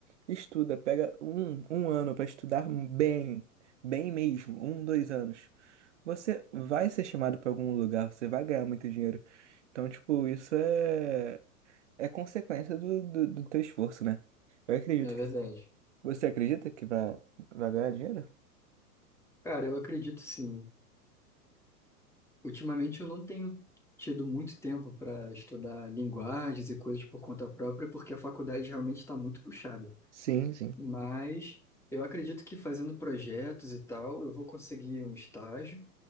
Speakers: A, on the right (about 50°); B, in the centre.
A: Estuda, pega um, um ano para estudar bem, bem mesmo, um, dois anos. Você vai ser chamado para algum lugar, você vai ganhar muito dinheiro. Então, tipo, isso é, é consequência do, do, do teu esforço, né? Eu acredito
B: É verdade.
A: que. Você acredita que vai, vai ganhar dinheiro?
B: Cara, eu acredito sim. Ultimamente eu não tenho tido muito tempo para estudar linguagens e coisas por conta própria, porque a faculdade realmente está muito puxada.
A: Sim, sim.
B: Mas eu acredito que fazendo projetos e tal, eu vou conseguir um estágio